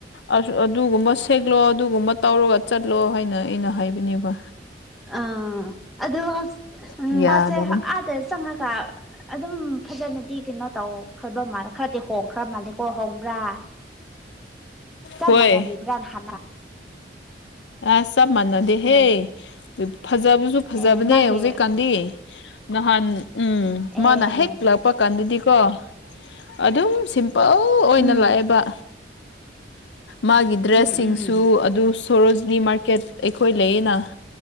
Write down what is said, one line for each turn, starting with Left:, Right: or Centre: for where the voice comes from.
Left: ꯑꯁ ꯑꯗꯨꯒꯨꯝꯕ ꯁꯦꯛꯂꯣ ꯑꯗꯨꯒꯨꯝꯕ ꯇꯧꯔꯒ ꯆꯠꯂꯣ ꯍꯥꯏꯅ ꯑꯩꯅ ꯍꯥꯏꯕꯅꯤꯕ
Centre: ꯑꯥ ꯑꯗꯣ <unintelligible>
Left: ꯌꯥꯗꯕꯅꯤ
Centre: ꯃꯥꯁꯦ ꯑꯥꯗ ꯆꯪꯉꯒ ꯑꯗꯨꯝ ꯐꯖꯅꯗꯤ ꯀꯩꯅꯣ ꯇꯧ ꯈ꯭ꯔꯕ ꯃꯥꯜ ꯈꯔꯗꯤ ꯍꯣꯡꯈ꯭ꯔ ꯃꯥꯜꯂꯦꯀꯣ ꯍꯣꯡꯕ꯭ꯔꯥ ꯆꯞ
Left: ꯍꯣꯏ
Centre: ꯃꯥꯟꯅꯔꯤꯕ꯭ꯔꯥꯟ ꯍꯥꯟꯅ
Left: ꯑꯁ ꯆꯞ ꯃꯥꯟꯅꯗꯦꯍꯦ
Centre: ꯑꯦ
Left: ꯄꯤꯞ ꯐꯖꯕꯁꯨ ꯐꯖꯕꯅꯦ
Centre: ꯑꯦ ꯃꯥꯒꯤ
Left: ꯍꯧꯖꯤꯛꯀꯥꯟꯗꯤ ꯅꯍꯥꯟ ꯎꯝ ꯃꯥꯅ
Centre: ꯑꯦ
Left: ꯍꯦꯛ ꯂꯥꯛꯄ ꯀꯥꯟꯗꯗꯤꯀꯣ ꯑꯗꯨꯝ ꯁꯤꯝ ꯄꯜ ꯑꯣꯏꯅ
Centre: ꯎꯝ
Left: ꯂꯥꯛꯑꯦꯕ ꯃꯥꯒꯤ ꯗ꯭ꯔꯦꯁꯁꯤꯡꯁꯨ
Centre: ꯎꯝ ꯎꯝ
Left: ꯑꯠ ꯗꯨ ꯁꯣꯔꯣꯖꯤꯅꯤ ꯃꯥꯔꯀꯦꯠ ꯑꯩꯈꯣꯏ ꯂꯩꯌꯦꯅ